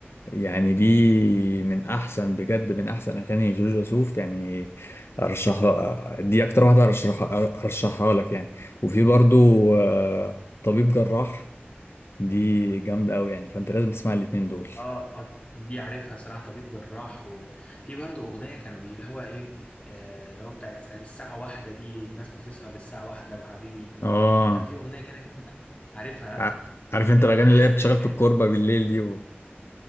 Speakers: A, on the left (about 80°); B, on the left (about 30°).
A: يعني دي من احسن بجد من احسن اغاني جورج وسوف يعني ارشحها دي اكتر واحده ارشحها ارشحها لك يعني وفي برضو آه، طبيب جراح دي جامده قوي يعني فانت لازم تسمع الاتنين دول
B: اه دي عارفها صراحه طبيب جراح وفي برضه اغنيه كانوا بي اللي هو ايه آه اللي هو بتاعت بتاعت الساعه واحدة دي الناس بتسهر للساعه واحدة وحبيبي
A: اه
B: كان في اغنيه كده جامدة، عارفها
A: ع- عارف
B: كانت
A: انت
B: دي من
A: الاغاني
B: احسن
A: اللي هي بتشغل
B: الاغاني
A: في الكوربه
B: بحبها
A: بالليل
B: الصراحه
A: دي و...